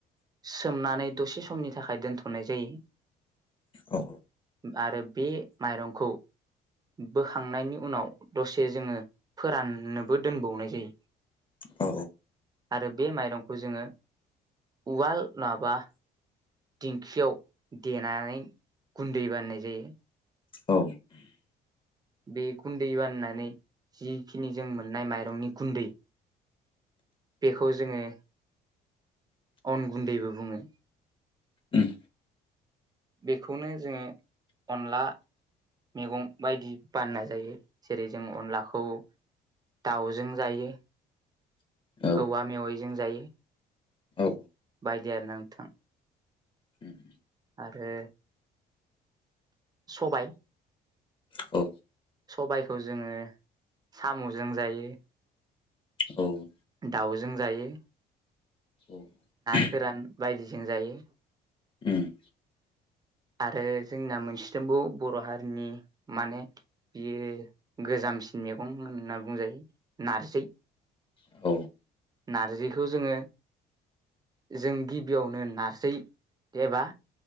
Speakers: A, on the right; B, on the left.
A: सोमनानै दसे समनि थाखाय दोनथ'नाय जायो।
B: औ
A: आरो बे माइरंखौ बोखांनायनि उनाव दसे जोङो फोराननोबो दोनबावनाय जायो।
B: <inaudible>
A: आरो बे माइरंखौ जोङो उवाल नंङाबा दिंखियाव देनानै गुन्दै बानायनाय जायो।
B: औ
A: बे गुन्दै बाननानै जिखिनि जों मोननाय माइरंनि गुन्दै बेखौ जोङो अन गुन्दैबो बुङो।
B: उम
A: बेखौनो जोङो अनला मैगं बायदि बानायना जायो। जेरै जों अनलाखौ दाउजों जायो
B: औ
A: औवा मेवाइजों जायो।
B: औ
A: बायदि आरोना नोंथां
B: उम
A: आरो सबाय
B: औ
A: सबायखौ जोङो साम'जों जायो।
B: औ
A: दाउजों जायो।
B: औ
A: फोरान बायदिजों जायो।
B: ओम
A: आरो जोंना मोनसेथिंबो बर' हारिनि माने बियो गोजामसिन मैगं होनना बुंजायो नारजि
B: औ औ
A: नारजिखौ जोङो जों गिबियावनो नारजै एबा